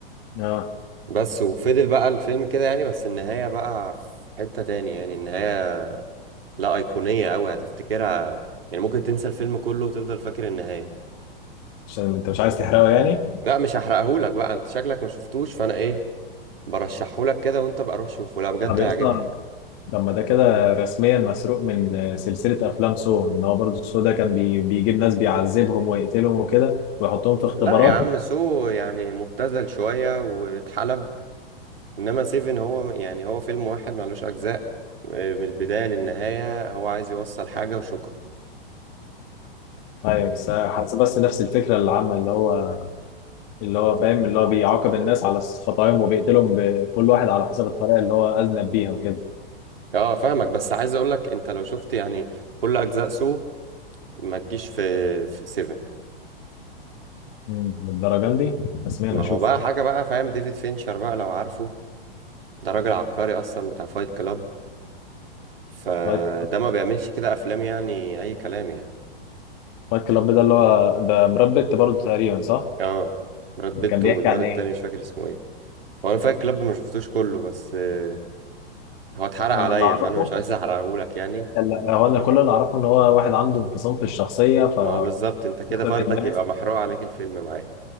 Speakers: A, on the left; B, on the right.
A: اه
B: بس وفضل بقى الفيلم كده يعني بس النهاية بقى في حتة تاني يعني النهاية لا أيقونية أوي هتفتكرها يعني ممكن تنسى الفيلم كله وتفضل فاكر النهاية
A: عشان انت مش عايز تحرقه يعني
B: لا مش هحرقهولك بقى انت شكلك ما شفتوش فانا ايه برشحهولك كده وانت بقى روح شوفه لا بجد
A: طب يا
B: هيعجبك
A: اسطى طب ما ده كده رسميا مسروق من سلسلة أفلام سو إن هو برضه سو ده كان بي... بيجيب ناس بيعذبهم ويقتلهم وكده ويحطهم في اختبارات
B: لا يا عم سو يعني مبتذل شوية واتحلب انما سيفن هو م- يعني هو فيلم واحد ملوش اجزاء آه، من البداية للنهاية هو عايز يوصل حاجة وشكرا
A: أيوة بس حاسس بس نفس الفكرة العامة اللي هو اللي هو فاهم اللي هو بيعاقب الناس على خطاياهم وبيقتلهم بكل واحد على حسب الطريقة اللي هو أذنب بيها وكده
B: اه فاهمك بس عايز اقولك انت لو شفت يعني كل اجزاء سو ما تجيش في في سيفن
A: أمم، للدرجة دي رسميا
B: ما
A: أشوف
B: هو بقى حاجة بقى فاهم ديفيد فينشر بقى لو عارفه ده راجل عبقري اصلا بتاع فايت كلاب فده
A: فايت
B: ما بيعملش كده افلام يعني اي كلام يعني
A: فايت كلاب ده اللي هو ده براد بيت برضه تقريبا صح؟
B: اه براد بيت
A: كان بيحكي
B: والواد
A: عن
B: التاني
A: إيه؟
B: مش فاكر اسمه ايه هو انا فايت كلاب ما شفتوش كله بس آه، هو اتحرق
A: أنا
B: عليا
A: اللي أعرفه
B: فانا مش عايز <laughs> احرقهولك يعني
A: لا هو أنا كل اللي أعرفه إن هو واحد عنده انفصام في الشخصية ف
B: ما هو بالظبط انت كده
A: سبب
B: فردك
A: ما
B: يبقى محروق عليك الفيلم معاه